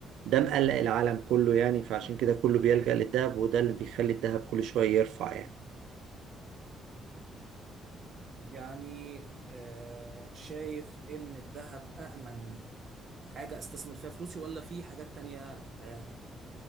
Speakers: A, on the right (about 80°); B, on the right (about 50°).
A: ده مقلق العالم كله يعني فعشان كده كله بيلجأ للذهب وده اللي بيخلي الذهب كل شوية يرفع يعني
B: يعني آه شايف ان الذهب أأمن حاجة استثمر فيها فلوسي ولا في حاجات تانية آه